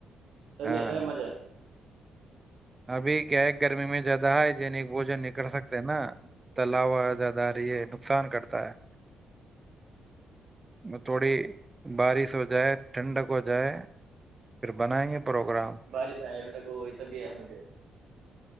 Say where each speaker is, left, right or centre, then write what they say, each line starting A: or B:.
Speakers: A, on the right; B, on the right.
A: تبھی
B: ہاں
A: آتا ہے مزہ
B: ابھی کیا ہے گرمی میں زیادہ ہے ج وہ جو نکل سکتے ہیں نا تلا وزد آ رہی ہے نقصان کرتا ہے وہ تھوڑی بارش ہو جائے ٹھنڈک ہو جائے پھر بنائیں گے پروگرام
A: بارسا ہے ہو یہ تو بھی ہے مجھے